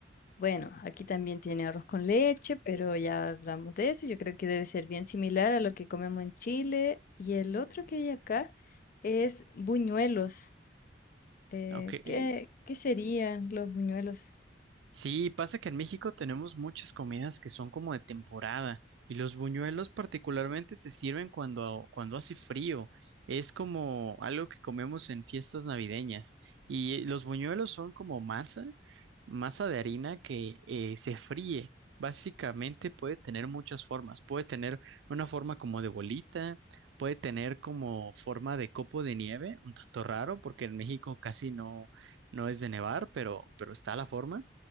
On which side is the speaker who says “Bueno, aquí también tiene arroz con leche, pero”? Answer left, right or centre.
Left